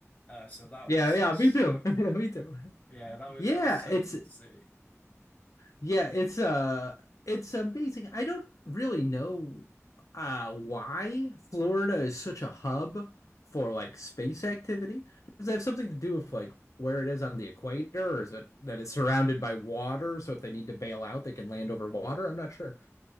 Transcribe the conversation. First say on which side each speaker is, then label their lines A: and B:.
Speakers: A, on the left (about 30°); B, on the left (about 85°).
A: Uh, so that
B: Yeah,
A: was
B: yeah,
A: so
B: me too.
A: cool.
B: <laughs> Me too.
A: Yeah, that was
B: Yeah,
A: that was so
B: it's
A: cool to see.
B: yeah, it's uh it's amazing. I don't really know uh why Florida is such a hub for like space activity. Does that have something to do with like where it is on the equator, or is it that it's surrounded by water, so if they need to bail out, they can land over water? I'm not sure.